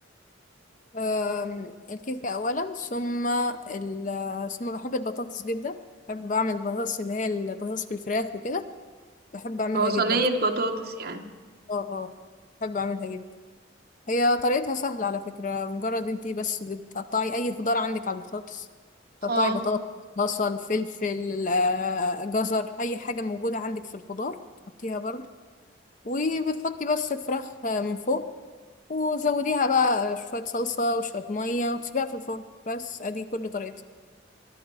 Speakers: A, on the left (about 40°); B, on the right (about 50°).
A: أم، الكيكة أولا ثم ال- ثم بحب البطاطس جدا بحب أعمل بطاطس اللي هي البطاطس بالفراخ وكده بحب أعملها
B: او
A: جدا
B: صينيه بطاطس يعني
A: اه اه بحب أعملها جدا هي طريقتها سهلة على فكرة مجرد انتي بس بتقطعي أي خضار عندك على البطاطس تقطعي
B: اه
A: بطاطس بصل فلفل آه، جزر أي حاجة موجودة عندك في الخضار تحطيها برضه وبتحطي بس الفراخ آه، من فوق وزوديها بقى شوية صلصة وشوية مية وتسيبيها في الفرن بس أدي كل طريقتها